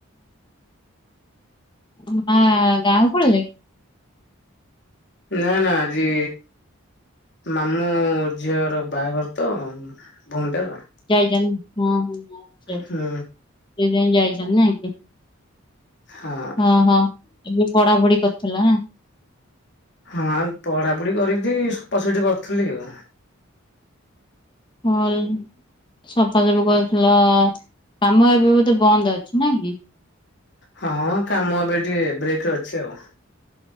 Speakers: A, on the left; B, on the left.
A: ମା ଗାଁକୁ ପଳିଲେ?
B: ନା ନା ଆଜି ମାମୁଁ ଝିଅର ବାହାଘର ତ ଭଉଣୀଟାର
A: ଯାଇଛନ୍ତି ହଁ ହଁଛା ସେଇପାଇଁ
B: ହୁଁ
A: ଯାଇଛନ୍ତି ନା ଆଜ୍ଞା
B: ହଁ।
A: ହଁ ହଁ ଏବେ ପଢା ପଢି କରିଥିଲା।
B: ହଁ ପଢାପଢି କରିକି ସଫାସଠି କରିୁଥିଲି ଆଉ।
A: ହଁ ଇ। ସଫାସଫୁ କରୁଥିଲ କାମ ଏବେ ବୋଧେ ବନ୍ଦ ଅଛି ନା କି?
B: ହଁ କାମ ଏବେ ଟିକେ ବ୍ରେକରେ ଅଛି ଆଉ।